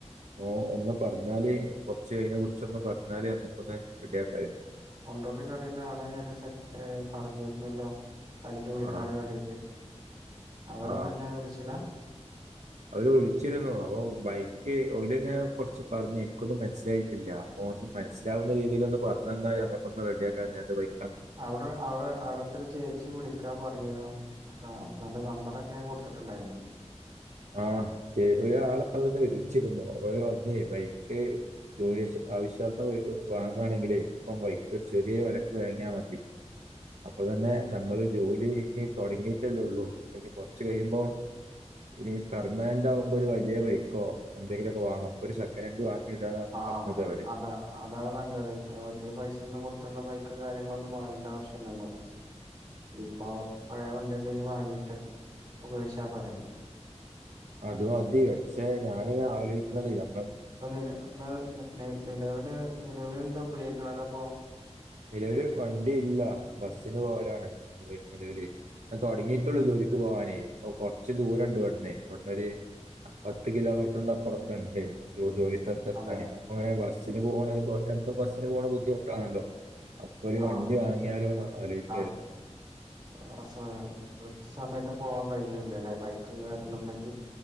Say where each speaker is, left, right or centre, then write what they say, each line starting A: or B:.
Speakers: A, on the right; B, on the right.
A: ഓൻ ഒന്ന് പറഞ്ഞാല് കൊർച്ചയിനെ കുറിച്ചൊന്ന് പറഞ്ഞാല് നമ്മുക്കൊന്ന് റെഡിയാക്കായിരുന്നു
B: കൊണ്ടോട്ടികടേല് ആടെ ഞാന് സെ ഏ പറഞ്ഞിരുന്നല്ലോ തനിക്ക് വിളിക്കാൻ
A: ആ
B: വേണ്ടിട്ട് അവര്
A: ആ
B: തന്നെ വിളിച്ചില്ല
A: അവര് വിളിച്ചിരുന്നു അപ്പൊ ബൈക്ക് ഓര്ങ്ങനെ കൊർച്ച് പറഞ്ഞ് എനിക്കൊന്നും മനസ്സിലായിട്ടില്ല ഓ ഒന്ന് മനസ്സിലാവുന്ന രീതിയില ഒന്ന് പറു താ ഞങ്ങപ്പോ ഒന്ന് റെടിയാക്കാന്ന് <unintelligible>
B: അവിടെ അവിടെ അവിടുത്തെരു ചേച്ചി ച്ചി വിളിക്കാ പറഞ്ഞിരുന്നു അതാ എന്റെ നമ്പറൊക്കെ ഞാൻ കൊടുത്തിട്ടുണ്ടായിരുന്നു
A: ആഹ് ചെറിയാളവിടന്ന് വിളിച്ചിരുന്നു അവര് വന്ന് ബൈക്ക് ജോലി ശ്യ ആവശ്യാർത്ഥം വാങ്ങാണെങ്കില് ഇപ്പം ബൈക്ക് ചെറിയ വെലക്ക് വാങ്ങിയാൽ മതി അപ്പൊ തന്നെ നമ്മള് ജോലിചെയ്ത് തൊടങ്ങീട്ടല്ലേള്ളൂ പിന്നെ കൊർച്ച് കഴിയുമ്പോ ഇനി പെർമനന്റാവുമ്പോ ഒരു വലിയ ബൈക്കോ എന്തെങ്കിലുമൊക്കെ വാങ്ങാ ഒരു സെക്കൻഡ് ഹൻഡ് വാങ്ങി
B: ആ അതാ
A: <unintelligible>
B: അതാണ് നല്ലത് ഇത്ര വലിയ പൈസൊന്നും കൊടുത്തിട്ടുള്ള ബൈക്ക് കാര്യങ്ങളൊന്നും വാങ്ങണ്ട ആവശ്യല്ലല്ലോ ഇപ്പൊ പഴയവണ്ടി എന്തെങ്കിലും വാങ്ങിട്ട് ഉപയോഗിച്ചാ പോരെ
A: അത്മതി പക്ഷേ ഞാനിങ്ങനെ ആലോയിക്ക്ണത് ഞാൻ
B: ഇപ്പൊ നില ഇപ്പൊ നിലവില് നിലവില് എന്താ ഉപയോഗിക്കണത്പ്പോ
A: നിലവില് വണ്ടി ഇല്ല ബസിന് പോവലാണ് നിലവില് തുടങ്ങീട്ടൊള്ളൂ ജോലിക്ക് പോവാനേ അപ്പൊ കൊർച്ച് ദൂരണ്ട് ഇവിടുന്നേ ഇവിടന്നൊരു പത്ത് കിലോമീറ്ററിന്റെ അപ്പുറത്തുണ്ട് ജോലി ജോലിസ്ഥഥലത്ത് എത്താന്
B: അതെ
A: അങ്ങനെ ബസ്സിന് പോണെ <unintelligible> ബസ്സിന് പോണത് ബുദ്ധിമുട്ടാണല്ലോ ഒരു
B: ആഹ്
A: വണ്ടി വാങ്ങിയാലോന്ന് ആലോയ്ക്കാരുന്നു
B: കറക്റ്റ് <unintelligible> കൃത്യ സമയത്ത് പോവാൻ കഴിയൂലല്ലേ ബൈക്കും കാര്യങ്ങളും ഉണ്ടെങ്കി